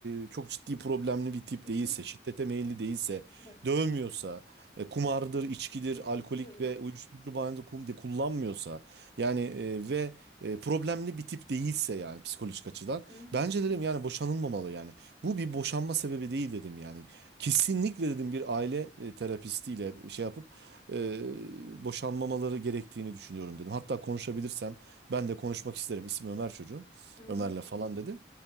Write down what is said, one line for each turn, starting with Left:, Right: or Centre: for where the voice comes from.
Right: e, çok ciddi problemli bir tip
Left: Hı
Right: değilse,
Left: hı.
Right: şiddete meyilli değilse,
Left: Evet.
Right: dövmüyorsa, e, kumardır, içkidir,
Left: Uç-
Right: alkolik
Left: Evet.
Right: ve uyuşturucu bağımlı kum de kullanmıyorsa yani e, ve e, problemli bir tip değilse yani psikolojik açıdan
Left: Hı hı.
Right: bence dedim yani boşanılmamalı yani. Bu bir boşanma sebebi değil dedim yani. Kesinlikle dedim bir aile e, terapistiyle şey yapıp e, boşanmamaları gerektiğini düşünüyorum dedim. Hatta konuşabilirsem ben de konuşmak isterim. İsmi Ömer çocuğun.
Left: Hı hı.
Right: Ömer'le falan dedim.